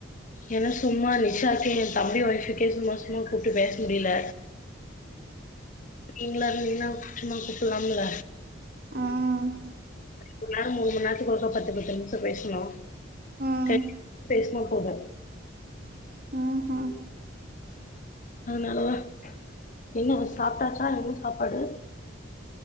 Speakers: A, on the left; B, on the right.
A: ஏன்னா சும்மா நிஷாக்கே என் தம்பி ஒய்ஃபுக்கே சும்மா சும்மா கூப்ட்டு பேச முடியல நீங்களா இருந்தீங்கன்னா சும்மா கூப்பலாம்ல
B: ம்
A: ஒரு நேரம் மூண் மணி நேரத்துக்கு ஒருக்கா பத்து பத்து நிமிஷம் பேசணு
B: ம்
A: த
B: ம்
A: பேசுனா போது
B: ம் ஹூ
A: அதனால தா என்ன சாப்ட்டாச்சா என்ன சாப்பாடு